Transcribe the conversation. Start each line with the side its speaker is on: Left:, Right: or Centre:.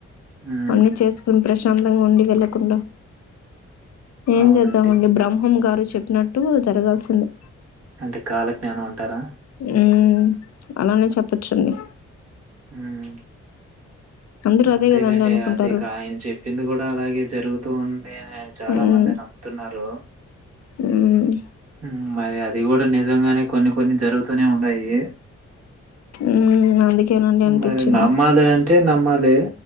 Right: హ్మ్.
Left: అన్నీ చేసుకుని ప్రష్ చందగా ఉండి వెళ్ళకుండా ఏం
Right: అవునండి.
Left: చేద్దామండి బ్రహ్మం గారు చెప్పినట్టు జరగాల్సిందే
Right: అంటే కాలజ్ఞానం అంటారా
Left: ఉమ్ అలానే చేపచ్చు అండి
Right: మ్
Left: అందరూ అదే
Right: అంతేలెండి
Left: కదండి అనుకుంటారు
Right: అదేగా ఆయన చెప్పింది కూడా అలాగే జరుగుతూ ఉ నేనా చాలా
Left: ఉమ్
Right: మంది నమ్ముతున్నారు
Left: ఉమ్
Right: మ్మ్ మరి అది కూడా నిజంగానే కొన్ని కొన్ని జరుగు తూనే ఉండాయి
Left: ఉమ్ అందుకేనండి అనిపించింది
Right: మరి నమ్మాలి అంటే నమ్మాలి